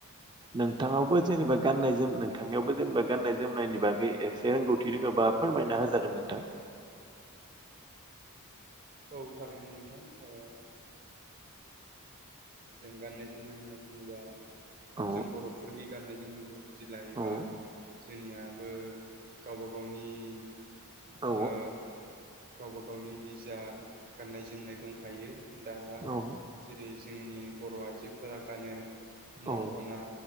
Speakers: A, on the right; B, on the right.
A: नोंथांङाबो जेनेबा गाननाय जोम नोंथांनियावबो जेनेबा गाननाय जोमनायनि बागै। एसे रोंगौथि रोङोबा फोरमायना होजागोन नोंथां।
B: औ थारैनो नोंथां आ जों गाननाय जोमनाय होनना बुङोबा
A: औ
B: जों बर'फोरनि गाननाय जोमनायखौ जु दि लायोबा
A: औ
B: जोंनियाबो गावबा गावनि ओ
A: औ
B: गावबा गावनि निजा गाननाय जोमनाय दंखायो दा
A: औ
B: जेरै जोंनि बर' आइजो फोरा गानो दख'ना
A: औ